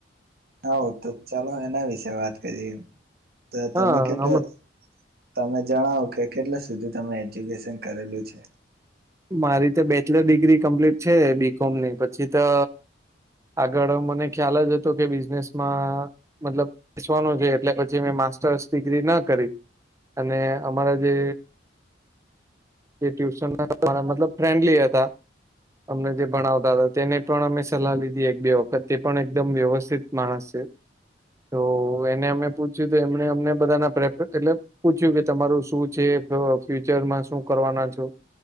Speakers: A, on the right; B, on the right.
A: હા તો ચાલો એના વિશે વાત કરીએ તો તમે
B: હા
A: કેટલો
B: હમ-
A: તમે જણાવો કે કેટલા સુધી તમે એજ્યુકેશન કરેલું છે.
B: મારી તો બેચલર ડિગ્રી કમ્પ્લીટ છે, બી કોમની પછી તો આગળ મને ખ્યાલ જ હતો કે બિઝનેસમાં મતલબ પીસવાનું છે, એટલે પછી મેં માસ્ટર્સ ડિગ્રી ન કરી અને અમારા જે જે ટ્યુશન મતલબ ફ્રેન્ડલી હતા અમને જે ભણાવતા હતા તેને પણ અમે સલાહ લીધી એક બે વખત તે પણ એકદમ વ્યવસ્થિત માણસ છે, તો એને અમે પૂછ્યું તો એમને અમને બધાના <unintelligible> પૂછ્યું કે તમારું શું છે, ફ ફયુચરમાં શું કરવાના છો